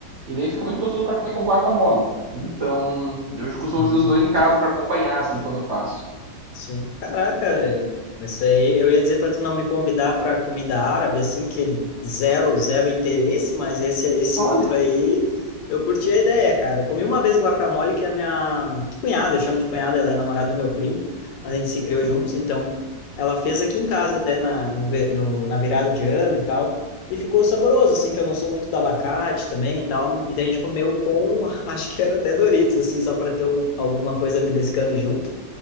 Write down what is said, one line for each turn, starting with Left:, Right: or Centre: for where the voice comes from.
Right: E daí fica
Left: Hum,
Right: muito gostoso pra comer com guacamole. Então, eu costumo
Left: hum.
Right: fazer os dois em casa pra acompanhar, assim, quando eu faço.
Left: Sim. Caraca, velho. isso aí eu ia dizer para tu não me convidar para comida árabe, assim, que zero, zero interesse, mas esse, esse
Right: Olha.
Left: outro aí eu curti a ideia, cara. Eu comi uma vez guacamole que é a minha cunhada, eu chamo de cunhada, ela é namorada do meu primo, mas a gente se criou
Right: Uhum.
Left: juntos, então ela fez aqui em casa até na, no, ve- no- na virada de ano e tal. E ficou saboroso, assim, que eu não sou muito do abacate também e tal. E daí a gente comeu com, <laughs> acho que era até Doritos, assim, só para ter um- alguma coisa beliscando junto